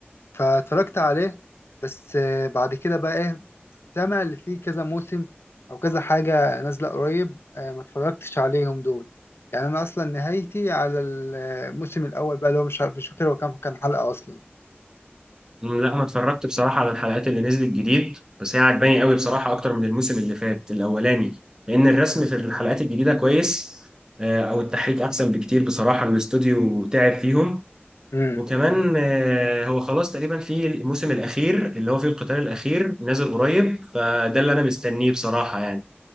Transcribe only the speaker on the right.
أمم، لا انا اتفرجت بصراحه على الحلقات اللي نزلت جديد بس هي عجباني قوي بصراحه اكتر من الموسم اللي فات الاولاني لان الرسم في الحلقات الجديده كويس آه، او التحريك احسن بكتير بصراحه الاستوديو تعب فيهم
وكمان آه، هو خلاص تقريبا في الموسم الاخير اللي هو فيه القتال الاخير نازل قريب فده اللي انا مستنيه بصراحه يعني